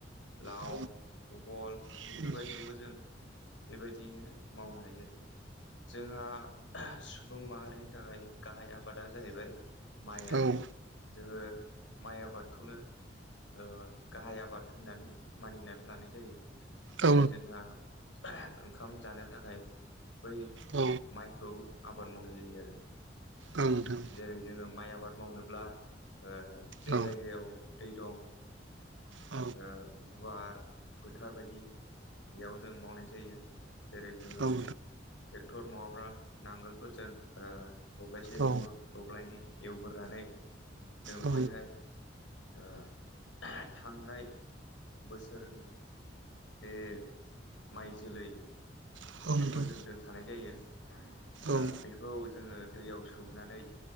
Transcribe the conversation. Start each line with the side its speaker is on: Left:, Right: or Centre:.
Left: लाव
Right: औ
Left: बहल
Right: नोंथां
Left: बेफोरबायदिखौबो जों बेबायदियैनो मावनो हायो आरो जोंहा सुबुं माहारिनि थाखाय गाहाय आबादा जाहैबाय माइ
Right: औ नोंथां
Left: आरो जोङो माइ आबादखौनो ओ गाहाय आबाद होननानै मानिनानै लानाय जायो। जेरै
Right: औ नोंथां औ
Left: जोंहा ओंखाम जानो थाखाय बै
Right: औ
Left: माइखौ मिलाव हैनानै माइरं खालामनाय जायो। माइखौ आबाद मावनाय जायो आरो नंगौ सैथो।
Right: औ नोंथां
Left: जेरै जोङो माइ आबाद मावनोब्ला हालऐवना लानाय जायो। जे
Right: औ
Left: जायगायाव दै दं ना गैया बिखौ नायना खामानिखौ
Right: औ
Left: मावनो हायो। गुवार फोथार बायदि जायगानि गोनां जायो। बेयाव जों मावनाय जायो जेरै जोङो आलि दाननाय आरो आलि
Right: औ नोंथां
Left: खोनाय खोथिया फोनाय खामानि फोरखौ मावनाय जायो। ट्रेक्टर नङाब्ला नांगोलफोरजों दब्लायसे नङाब्ला दब्लायनै एवगोर्रा
Right: औ
Left: नानै हाखौ फोमोनना गायनाय जायो। नानै जों बैहाय खामानिखौ
Right: औ
Left: मोजां मावनांगौ जायो। थांनाय बोसोरनि जोंहानि माइआ जोबोर मोजां जादोंमोन। बे माइसलै फोरखौ फोनानै खोथिया फोनाय जायो। बेखौ जों
Right: उम औ नोंथां
Left: दोनखानाय जायो नंगौ सैथो।
Right: उम
Left: बेखौ जोङो दैयाव सोमनानै